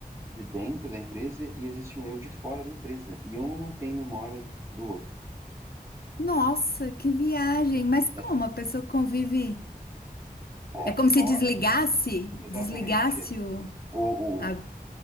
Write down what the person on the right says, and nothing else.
de dentro da empresa e existe um eu de fora da empresa, e um não tem memória do outro.
né?
É,
fora,
exatamente.
O,
o-